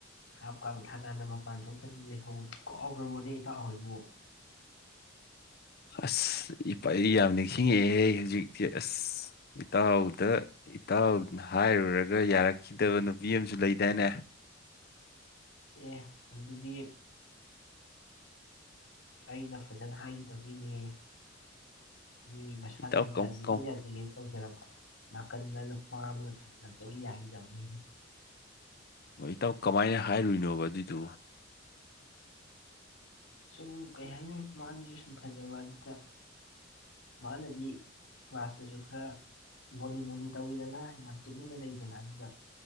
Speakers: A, on the left (about 80°); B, on the left (about 55°).
A: ꯍꯥꯞ ꯀꯥꯡ ꯊꯥꯀꯥꯟꯗ ꯃꯄꯥꯟ ꯊꯣꯛꯇꯗꯤ ꯂꯩꯍꯧꯕꯗꯨ ꯀꯥꯎꯈ꯭ꯔꯕꯣꯅꯦ ꯏꯇꯥꯎ ꯍꯣꯏꯕꯨ
B: ꯑꯁ ꯏꯄꯩ ꯌꯥꯝ ꯅꯤꯡꯁꯤꯡꯉꯑꯦꯍꯦ ꯍꯧꯖꯤꯛꯇꯤ ꯑꯁ ꯏꯇꯥꯎꯗ ꯏꯇꯥꯎꯅ ꯍꯥꯏꯔꯨꯔꯒ ꯌꯥꯔꯛꯈꯤꯗꯕ ꯅꯨꯄꯤ ꯑꯃꯁꯨ ꯂꯩꯗꯥꯏꯅꯦ
A: ꯑꯦ ꯃꯗꯨꯗꯤ ꯑꯩꯅ ꯐꯖꯅ ꯍꯥꯏꯒꯤꯗꯕꯩꯅꯦꯍꯦ ꯃꯤ ꯃꯁꯥꯅꯗꯤ
B: ꯏꯇꯥꯎ ꯀꯝ
A: ꯌꯥꯖꯒꯦ
B: ꯀꯝ
A: ꯌꯥꯖꯒꯦ ꯇꯧꯖꯔꯕꯣ ꯅꯥꯀꯟꯗ ꯅꯨꯄꯥ ꯑꯃꯅ ꯐꯩꯖꯤꯜꯂꯛꯄꯒꯤ ꯌꯥꯈꯤꯗꯕꯅꯤ
B: ꯑꯣ ꯏꯇꯥꯎ ꯀꯃꯥꯏꯅ ꯍꯥꯏꯔꯨꯏꯅꯣꯕ ꯑꯗꯨꯏꯗꯨꯕꯨ
A: ꯁꯨꯝ ꯀꯩ ꯍꯥꯏꯅꯤ ꯃꯥꯗꯨꯁꯨ ꯁꯨꯝ ꯐꯖꯕ ꯑꯗꯨꯗ ꯃꯥꯅꯗꯤ ꯀ꯭ꯂꯥꯁꯇꯁꯨ ꯈꯔ ꯃꯣꯂꯤ ꯃꯣꯂꯤ ꯇꯧꯋꯤꯗꯅ ꯌꯥꯝ ꯇꯨꯃꯤꯟꯅ ꯂꯩꯗꯅ ꯑꯗꯨꯗ